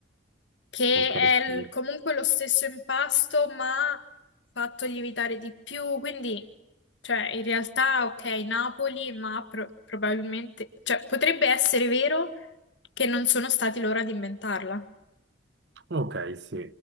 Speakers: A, on the left; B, on the right.
A: che
B: Ok,
A: è il-
B: sì.
A: comunque lo stesso impasto, ma fatto lievitare di più, quindi cioè, in realtà, ok, Napoli, ma pro- probabilmente, cioè, potrebbe essere vero che non sono stati loro ad inventarla.
B: Ok, sì,